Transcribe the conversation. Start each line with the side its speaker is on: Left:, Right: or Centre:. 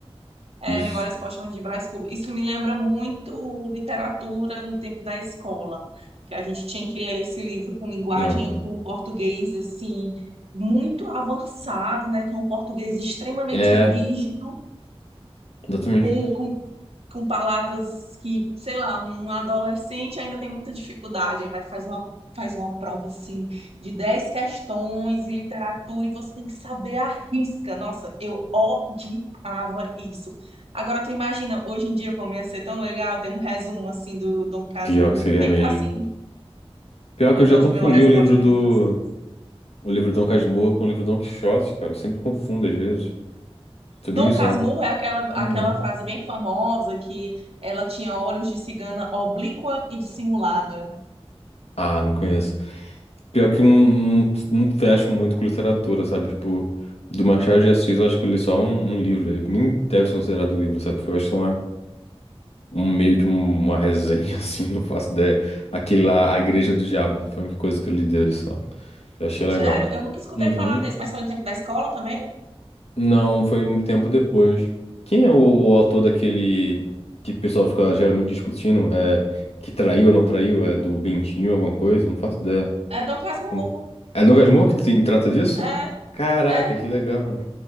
Right: É,
Left: Isso.
Right: Memórias Póstumas de Brás Cubas. Isso me lembra muito literatura no tempo da escola, que a gente tinha que ler esse livro com linguagem,
Left: Aham.
Right: com português, assim, muito avançado, né? Que é um português extremamente
Left: É,
Right: rígido,
Left: exatamente.
Right: com, com com palavras que, sei lá, um adolescente ainda tem muita dificuldade, aí vai, faz uma faz uma prova assim de 10 questões em literatura e você tem que saber a risca. Nossa, eu odiava isso. Agora tu imagina, hoje em dia como ia ser tão legal ter um resumo assim do Dom Casmurro,
Left: Pior que seria
Right: bem
Left: mesmo.
Right: facinho,
Left: Pior
Right: ou
Left: que eu
Right: então
Left: já confundi
Right: de memórias
Left: o livro
Right: póstumas
Left: do.
Right: de Brás Cubas.
Left: O livro Dom Casmurro com o livro Dom Quixote, cara. Eu sempre confundo às vezes. Isso é bem
Right: Dom
Left: bizarro.
Right: Casmurro é aquela aquela
Left: Uhum.
Right: frase bem famosa que ela tinha olhos de cigana oblíqua e dissimulada.
Left: Ah, não conheço. Pior que eu não, não, não fecho muito com literatura, sabe? Tipo, do Machado de Assis, eu acho que eu li só um, um livro dele, que nem deve ser considerado um livro, sabe? Foi, eu acho que um meio que uma resenha, <laughs> assim, não faço ideia. Aquele lá, A Igreja do Diabo, foi a única coisa que eu li dele só. Eu achei legal.
Right: Sério, eu nunca escutei
Left: Uhum.
Right: falar desse, mas foi no tempo da escola também.
Left: Não, foi um tempo depois. Quem é o, o autor daquele que o pessoal fica geralmente discutindo? É, que traiu ou não traiu? É do Bentinho, alguma coisa? Não faço ideia.
Right: É Dom Casmurro.
Left: Como- É Lucas Moura que se trata disso?
Right: É,
Left: Caraca,
Right: é,
Left: que legal.